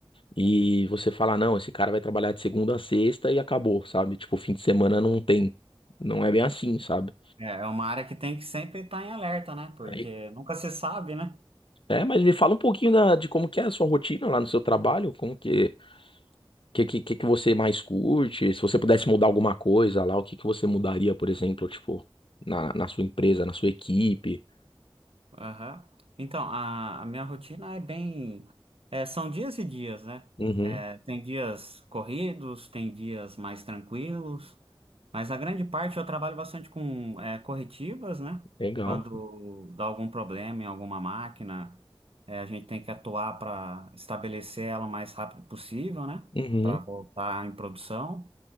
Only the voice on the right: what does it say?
É é uma área que tem que sempre estar em alerta, né? Porque
nunca se sabe, né?
Aham. Então, a, a minha rotina é bem. é, são dias e dias, né?
É, tem dias corridos, tem dias mais tranquilos, mas a grande parte eu trabalho bastante com é, corretivas, né?
Quando dá algum problema em alguma máquina, é, a gente tem que atuar para estabelecer ela o mais rápido possível, né?
Para voltar em produção.